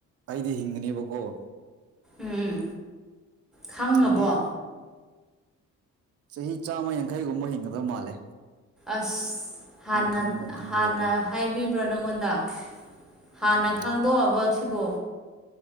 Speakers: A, on the right; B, in the centre.
A: ꯑꯩꯗꯤ ꯍꯤꯡꯒꯅꯦꯕꯀꯣ
B: ꯎꯝ ꯈꯪꯉꯕꯣ
A: ꯑꯩꯗꯤ ꯆꯍꯤ ꯆꯥꯝꯃ ꯌꯥꯡꯈꯩꯒꯨꯝꯕ ꯍꯤꯡꯒꯗꯕꯧ ꯃꯥꯜꯂꯦ
B: ꯑꯁꯅ
A: ꯈꯟꯗꯨꯝ ꯈꯟꯕꯗꯀꯣ
B: ꯍꯥꯟꯅ ꯍꯥꯏꯕꯤꯕ꯭ꯔꯣ ꯅꯪꯉꯣꯟꯗ ꯍꯥꯟꯅ
A: ꯎꯝ
B: ꯈꯪꯗꯣꯛꯑꯕ ꯁꯤꯕꯣ